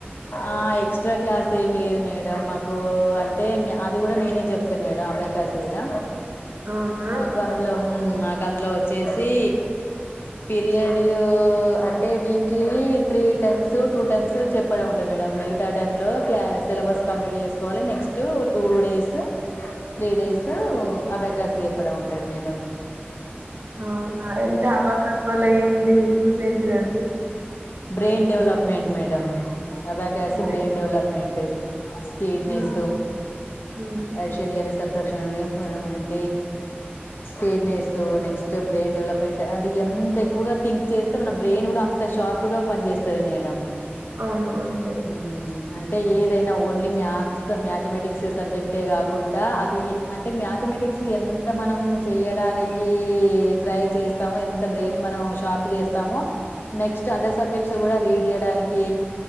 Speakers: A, on the left (about 65°); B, on the right (about 60°).
A: ఆ ఎక్స్ట్రా క్లాస్ ఎం లేదు మేడం మాకు అంటే అది కూడా మేమే చెప్తం మేడం అభకాస్ కూడా
B: అవునా
A: మాకు అందులో మాకు అందులో వచ్చేసి పీరియడ్ అంటే weekly three times two times చెప్పడం ఉంటు మేడం మిగతా టైం లో క్ల సిలబస్ కంప్లీట్ చేసుకోవాలి next two days three days abacus చెప్పడం ఉంటది మేడం
B: అవున ఎంత అబకా వల్ల ఏంటి యూస్ ఏంటిదండీ
A: బ్రెయిన్ డెవలప్మెంట్ మేడం అబకాస్
B: ఇదే
A: బ్రెయిన్ డెవలప్మెంట్ స్పీడ్ నేసు
B: మ్మ్ మ్మ్
A: ఆఫీషన్ అండ్ సబట్రా ఒక నిమిషం స్పీడ్నెస్ నెక్స్ట్ బ్రెయిన్ డెవలప్మెంట్ అది ఎంత ఎక్కువగా థింక్ చేస్తే మన బ్రెయిన్ కూడా అంత షార్ప్ తప్పుగా పని చేస్తుంది మేడం
B: అవును అంతే
A: మ్మ్ అంటే ఏదైనా ఓన్లీ మ్యాథ్స్ మ్యాథమెటిక్స్ సబ్జెక్టే కాకుండా అది అంటే మ్యాథమెటిక్స్ ఎంత మనం చేయడానికి ట్రై చేస్తామో ఎంత బ్రెయిన్ మనం షార్ప్ చేస్తామో నెక్స్ట్ అదర్ సబ్జెక్ట్స్ కూడా రీడ్ చేయడానికి